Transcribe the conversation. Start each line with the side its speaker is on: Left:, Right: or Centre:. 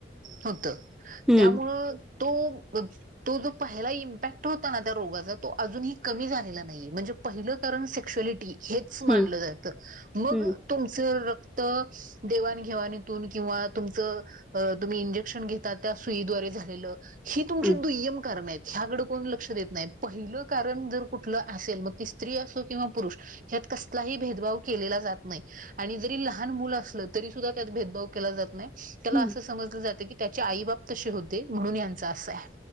Right: होत.
Centre: हम्म
Right: त्यामुळं तो तो जो पहिला इम्पॅक्ट होता ना त्या रोगाचा तो अजूनही कमी झालेला नाही म्हणजे पहिलं कारण सेक्श्युअलिटी हेच मानलं
Centre: हम्म
Right: जातं मग
Centre: हम्म
Right: तुमचं रक्त देवाणघेवाणीतून किंवा तुमचं तुम्ही इंजेक्शन घेतता त्या सुईद्वारे झालेलं ही तुमची
Centre: हम्म
Right: दुय्यम कारण आहेत ह्याकड कोण लक्ष देत नाही. पहिलं कारण जर कुठलं असेल मग ती स्त्री असो किंवा पुरुष ह्यात कसलाही भेदभाव केलेला जात नाही. आणि जरी लहान मुल असलं तरी सुद्धा त्यात भेदभाव केला जात नाही. त्याला
Centre: हम्म
Right: असं समजलं जातं की त्याचे आई बाप तसे होते म्हणून यांच असं आहे.